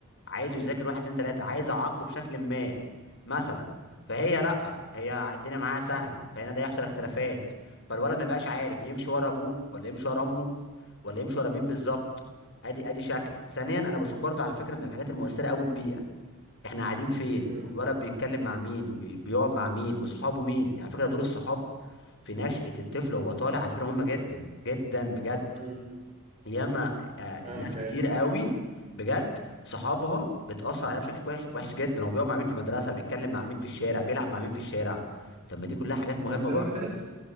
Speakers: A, on the left (about 60°); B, on the right (about 30°).
A: عايزه يذاكر واحد اتنين تلاته عايز اعاقبه بشكل ما مثلا فهي لا هي الدنيا معاها سهله فهنا ده يحصل اختلافات فالولد ما يبقاش عارف يمشي ورا ابوه ولا يمشي ورا امه ولا يمشي ورا مين بالظبط ادي ادي شكل ثانيا انا بشوف برضو على فكره من الحاجات المؤثره قوي البيئه احنا قاعدين فين
B: مم.
A: والولد بيتكلم مع مين وبيقعد مع مين واصحابه مين على فكره دور الصحاب في نشأة الطفل وهو طالع على فكره مهمه جدا جدا بجد
B: مم.
A: ياما آه،
B: فاهمك
A: ناس كتير
B: أيوه
A: قوي بجد صحابها بتأثر عليها بشكل وحش وحش جدا هو بيقعد مع مين في المدرسه بيتكلم مع مين في الشارع بيلعب مع مين في الشارع طب ما دي كلها حاجات
B: بالظبط
A: مهمه
B: زي
A: برضه
B: ما قلت لك